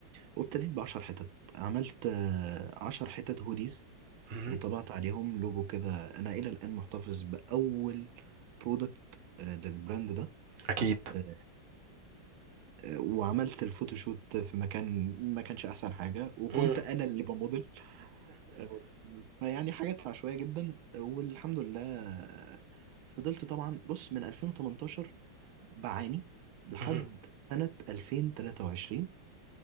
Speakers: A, on the right; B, on the right.
A: وابتديت بعشر حتت عملت آه، عشر حتت هوديز
B: اهم،
A: وطبعت عليهم لوجو كده أنا إلى الآن محتفظ بأول برودكت آه، للبراند ده
B: أكيد.
A: آه، آه، وعملت الفوتوشوت في مكان ما كانش أحسن حاجة وكنت
B: إمم،
A: أنا اللي بموديل آه، فيعني حاجات عشوائية جدا والحمد لله آه، فضلت طبعا بص من 2018 بعاني لحد
B: اهم،
A: سنة 2023